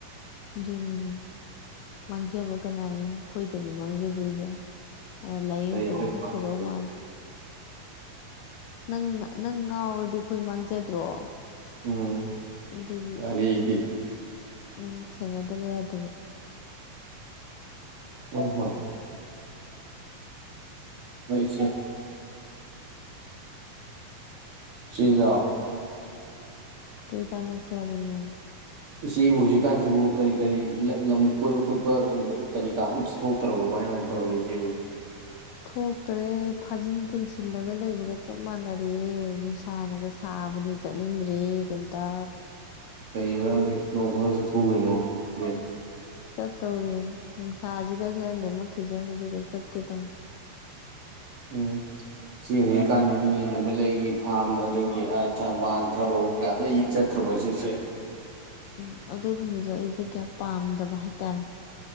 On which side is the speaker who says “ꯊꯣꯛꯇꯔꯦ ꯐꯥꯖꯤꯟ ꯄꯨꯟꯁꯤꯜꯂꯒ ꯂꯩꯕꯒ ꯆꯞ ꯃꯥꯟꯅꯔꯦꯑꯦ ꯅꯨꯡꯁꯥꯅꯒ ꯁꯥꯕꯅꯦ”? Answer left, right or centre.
Left